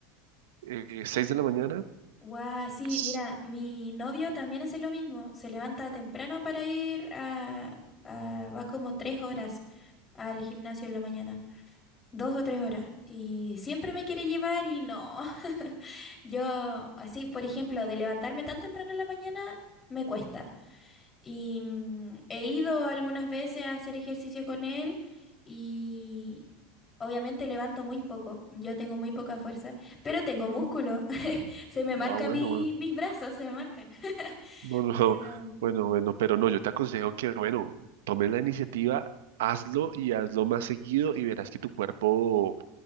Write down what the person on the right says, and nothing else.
eh, 6 de la mañana,
ps,
ah, bueno,
bueno,
no, no, <laughs>
bueno, bueno, pero no, yo te aconsejo que, bueno, tome la iniciativa. Hazlo y hazlo más seguido y verás que tu cuerpo,